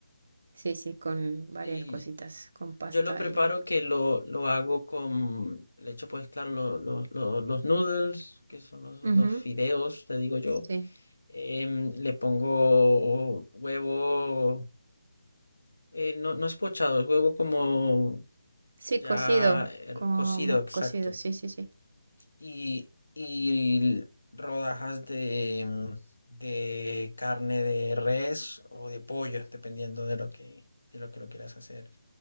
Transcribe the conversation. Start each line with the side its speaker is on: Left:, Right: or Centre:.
Right: sí, sí, con varias
Left: Sí,
Right: cositas, con pasta
Left: Yo lo preparo
Right: y...
Left: que lo, lo hago con, le echo pues claro lo- lo- lo- los noodles, que son los, los
Right: Ujú,
Left: fideos, te digo yo.
Right: sí,
Left: Em, le pongo huevo, eh, no, no es pochado, es huevo como
Right: sí,
Left: ya
Right: cocido,
Left: eh,
Right: como
Left: cocido, exacto.
Right: cocido, sí, sí, sí.
Left: Y, y rodajas de, em, de carne de res o de pollo, dependiendo de lo que, de lo que lo quieras hacer.